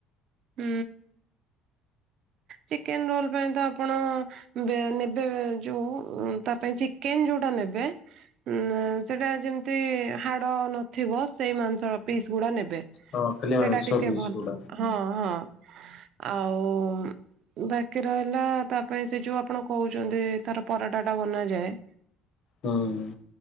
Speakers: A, on the right; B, on the left.
A: ହୁଁ। ଚିକେନ୍ ରୋଲ୍ ପାଇଁ ତ ଆପଣ ନେବେ। ଯୋଉ ତା ପାଇଁ ଚିକେନ୍ ଯୋଉ ଟା ନେବେ। ଉ ସେଟା ଯେମିତି ହାଡ ନଥିବ। ସେଇ ମାଂସ ପିସ୍ ଗୁଡା ନେବେ। ବେ
B: ହଁ ଖାଲି ମାଂସ
A: ସେଇଟା ଟିକେ
B: ପିସ୍
A: ଭଲ
B: ଗୁଡା।
A: ହଁ ହଁ। ଆଉ ବାକି ରହିଲା ତା ପାଇଁ ସେ ଯୋଉ ଆପଣ କହୁଛନ୍ତି। ତାର ପରଟା ଟା ବନାଯାଏ।
B: ହୁଁ ହୁଁ।